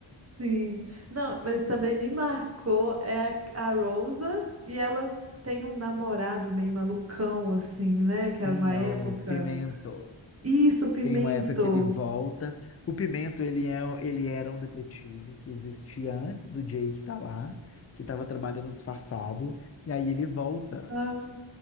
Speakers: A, on the right (about 30°); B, on the left (about 30°).
A: sim. Não, mas também me marcou é a, a Rosa e ela tem um namorado meio malucão, assim, né? Que
B: Sim,
A: era uma
B: é
A: época.
B: o Pimento.
A: Isso, Pimento.
B: Tem uma época que ele volta. O Pimento, ele é, ele era um detetive que existia antes do Jake tá lá, que estava trabalhando disfarçado, e aí ele volta.
A: Ah,